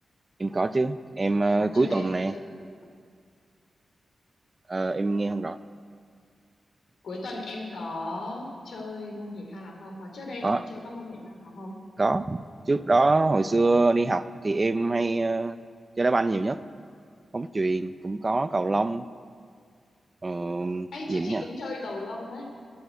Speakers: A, on the right; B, on the left.
A: em có chứ em ờ,
B: hoặc
A: cuối
B: trước đây
A: tuần
B: em
A: này
B: có chơi môn gì
A: ờ, em nghe không rõ
B: Cuối tuần em có chơi môn thể thao nào không? Hoặc trước đây em
A: Có
B: có chơi các môn thể thao nào không?
A: có trước đó hồi xưa đi học thì em hay ờ, chơi đá banh nhiều nhất bóng chuyền cũng có cầu lông ờ,
B: Ê,
A: gì
B: chắc
A: nữa
B: chị
A: nhỉ
B: cũng chơi cầu lông đấy.